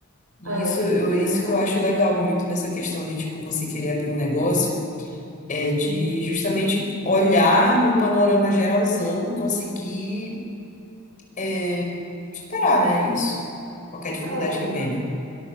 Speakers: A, on the left (about 35°); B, on the right (about 70°).
A: E
B: é,
A: isso, eu, isso
B: é verdade.
A: que eu acho legal muito nessa questão de, tipo, você querer abrir um negócio. É de
B: Sim.
A: justamente olhar num panorama geralzão e conseguir é, superar, né, isso. Qualquer dificuldade
B: É, entendeu?
A: que venha.